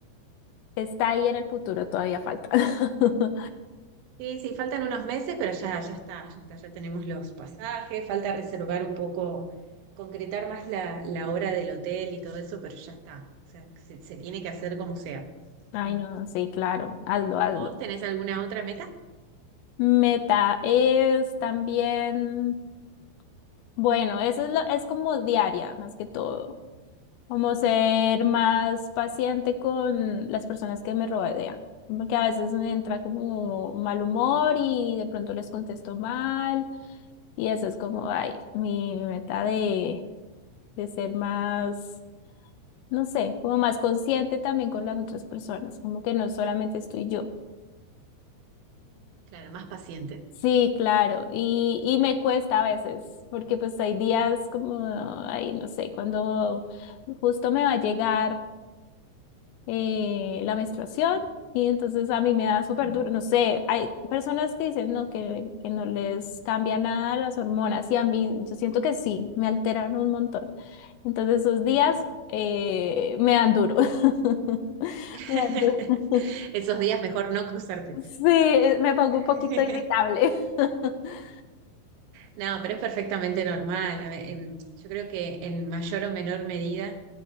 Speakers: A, on the left; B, on the right.
A: está ahí en el futuro, todavía falta. <laughs>
B: Sí, sí, faltan unos meses, pero ya, ya está, ya está, ya tenemos los pasajes, falta reservar un poco, concretar más la, la hora del hotel y todo eso, pero ya está. O sea, se, se tiene que hacer como sea.
A: Ay,
B: Mm.
A: no, sí, claro, hazlo, hazlo.
B: ¿Vos tenés alguna otra meta?
A: Meta es también, bueno, eso es, lo- es como diaria más que todo, como ser
B: Ajá.
A: más paciente con las personas que me rodean, como que a veces me entra como mal humor y de pronto les contesto mal y eso es como, ay, mi meta de, de ser más, no sé, como más consciente también con las otras personas, como que no solamente estoy yo.
B: Claro, más paciente.
A: Sí, claro, y, y me cuesta a veces, porque pues hay días como, ay, no sé, cuando justo me va a llegar eh, la menstruación y entonces a mí me da súper
B: Ah.
A: duro, no sé, hay personas que dicen no, que, que no les cambia nada las hormonas y a mí yo siento que sí, me alteran un montón. Entonces esos días eh, me dan duro. <laughs>
B: <laughs>
A: Me dan duro. <laughs>
B: Esos días mejor no cruzarte.
A: Sí, eh, me pongo un poquito
B: <laughs>
A: irritable. <laughs>
B: No, pero es perfectamente normal. A ver, em, Yo creo que en mayor o menor medida